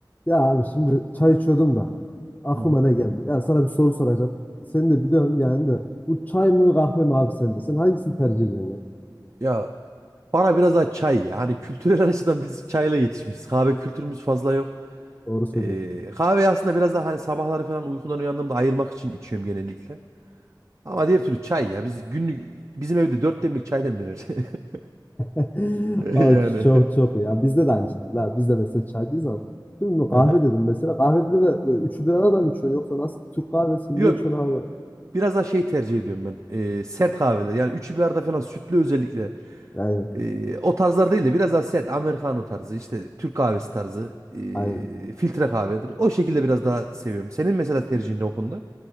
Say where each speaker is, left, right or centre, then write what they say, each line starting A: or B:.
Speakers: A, on the left (about 20°); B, on the right (about 40°).
A: Ya abi şimdi çay içiyordum da aklıma
B: Hı hı.
A: ne geldi? Ya sana bir soru soracağım. Seni de biliyorum yani de bu çay mı kahve mi abi sence? Sen hangisini tercih ediyorsun ya?
B: Ya bana biraz daha çay ya. Hani kültürel <laughs> açıdan biz çayla yetişmişiz. Kahve kültürümüz fazla yok.
A: Doğru söylüyorsun.
B: Ee, kahve aslında biraz daha hani sabahları falan uykudan uyandığımda ayılmak için içiyorum genellikle. Ama diğer türlü çay ya. Biz günlük bizim evde dört demlik çay demlenir. <laughs>
A: <laughs>
B: Yani.
A: Aa, çok çok iyi. Ya bizde de aynı şekilde. abi. Biz de mesela çaycıyız ama. Şimdi kahve
B: Hı hı.
A: dedim mesela. Kahvede de böyle üçü bir arada mı içiyorsun. Yoksa nasıl Türk kahvesi
B: Yok.
A: ne içiyorsun abi?
B: Biraz daha şey tercih ediyorum ben. Ee, sert kahveler. Yani üçü bir arada falan sütlü özellikle.
A: Yani
B: Ee, o tarzlar değil de biraz daha sert. Americano tarzı işte Türk kahvesi tarzı. ee,
A: aynen.
B: filtre kahvedir. O şekilde biraz daha seviyorum. Senin mesela tercihin ne o konuda?